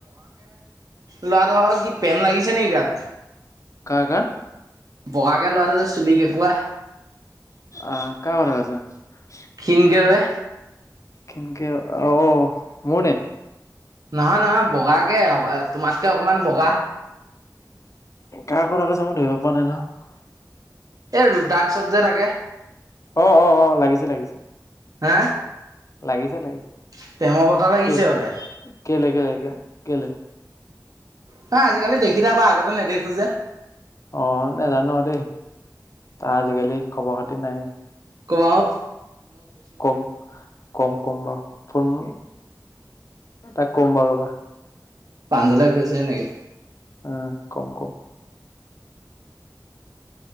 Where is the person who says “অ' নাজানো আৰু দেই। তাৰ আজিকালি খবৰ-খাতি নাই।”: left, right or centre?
Left